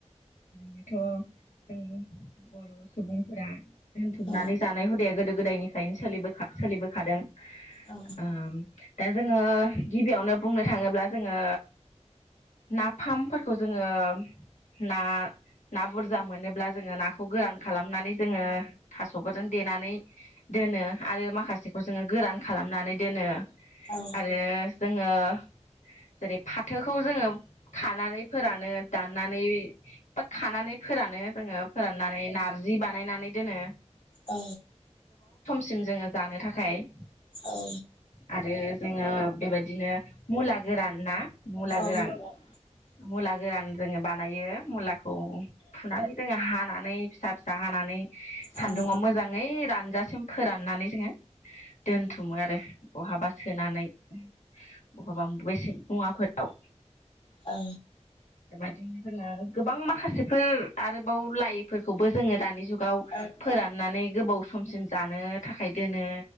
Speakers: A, on the left (about 85°); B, on the left (about 45°).
A: बियोथ' उम बर' सुबुंफोरा दोनथुमनानै
B: औ
A: जानाय हुदाया गोदो गोदायनि फ्रायनो सोलिबोखा सोलिबोखादों।
B: औ
A: ओम दा जों ओ गिबियावनो बुंनो थाङोब्ला जोङो नाफामफोरख खौ जोङो ना ना ना बुरजा मोनोब्ला जोङो नाखौ गोरान खालामनानै जोङो थास'फोरजों देनानै दोनो आरो माखासेखौ जोङो गोरान खालामनानै दोनो।
B: औ
A: आरो जोङो जेरै फाथोखौ जोङो खानानै फोरानो दाननानै बा खानानै फोरानो जोङो फोराननानै नारजि बानायनानै दोनो।
B: औ।
A: सिम जोङो जानो थाखाय
B: औ।
A: आरो जोङो बेबायदिनो मुला गोरान ना मुला
B: औ औ
A: गोरान मुला गोरान जोङो बानायो मुला औ फुनानै जोङो हानानै फिसा फिसा हानानै सान्दुङाव
B: औ औ
A: मोजाङै रान जासिम फोराननानै जोङो दोनथुमो आरो बहाबा। सोनानै बहाबा बबेसे मुवाफोराव
B: औ
A: बेबायदिनो जोङो गोबां माखासेफोर आरोबाव लाइफोरखौबो जोङो दानि जुग गाव
B: औ
A: फोराननानै गोबाव समसिम जानो थाखाय दोनो